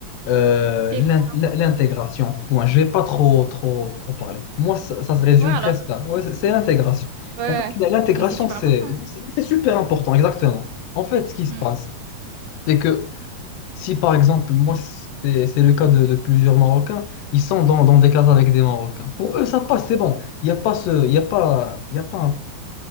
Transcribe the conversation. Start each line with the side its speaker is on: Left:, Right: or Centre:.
Left: Euh,
Right: C'est
Left: l'in-
Right: quoi?
Left: l'in- l'intégration. Point. Je vais pas trop, trop, trop parler. Moi, ça, ça se résume
Right: Ouais, alors.
Left: presque là. Ouais, c'est c'est l'intégration.
Right: Ouais.
Left: En fait, la- l'intégration,
Right: Mais c'est super
Left: c'est,
Right: important.
Left: c'est c'est super important, exactement. En fait, ce qui se
Right: Hmm.
Left: passe, c'est que si, par exemple, moi, c'est c'est le cas de, de plusieurs Marocains, ils sont dans, dans des classes avec des Marocains. Pour eux, ça passe, c'est bon. Il n'y a pas ce, il y a pas, il y a pas un